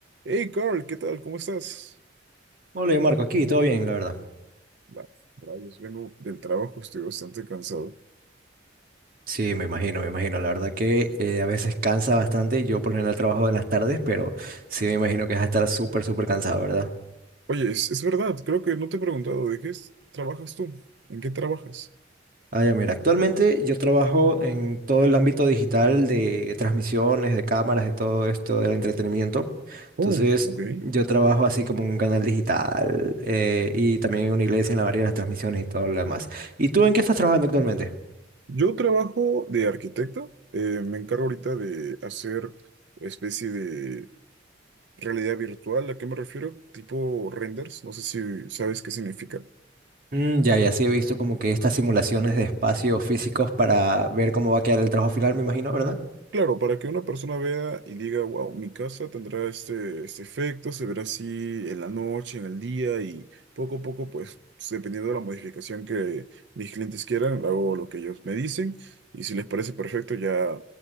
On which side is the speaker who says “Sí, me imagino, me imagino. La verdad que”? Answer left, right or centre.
Right